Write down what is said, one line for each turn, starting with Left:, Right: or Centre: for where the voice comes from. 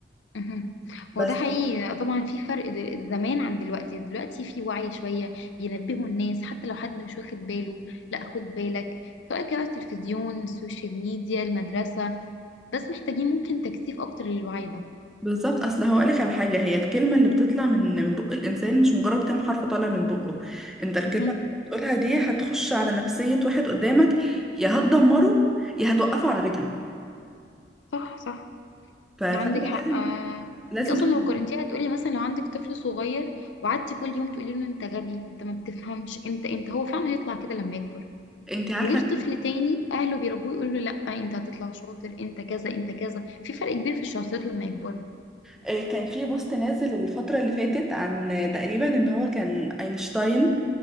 Left: مهم.
Centre: بس
Left: هو ده حقيقي طبعا في فرق د- زمان عن دلوقتي دلوقتي في وعي شوية بينبهوا الناس حتى لو حد مش واخد باله لا خد بالك سواء كان على التلفزيون السوشيال ميديا المدرسة بس محتاجين ممكن تكثيف أكتر للوعي ده
Centre: بالظبط اصل هقولك على حاجة هي الكلمة اللي بتطلع من من بق الانسان مش مجرد كام حرف طالع من بقه انت الكلمة
Left: مهم.
Centre: اللي بتقولها دي هتخش على نفسية واحد قدامك يا هتدمره يا هتوقفه على رجله
Left: صح صح
Centre: ف- فانت
Left: ده عندك حق
Centre: لازم
Left: آه.
Centre: لازم
Left: انت اصلا
Centre: تكون-
Left: لو قارنتيها هتقولي مثلا لو عندك طفل صغير وقعدتي كل يوم تقولي له انت غبي انت ما بتفهمش انت انت هو فعلا هيطلع كده لما يكبر
Centre: انت عارفة
Left: غير طفل تاني اهله بيربوه يقولوا له لا انت هتطلع شاطر انت كذا انت كذا في فرق كبير في الشخصيات لما يكبروا
Centre: آه، كان في بوست نازل الفترة اللي فاتت عن آه، تقريبا ان هو كان اينشتاين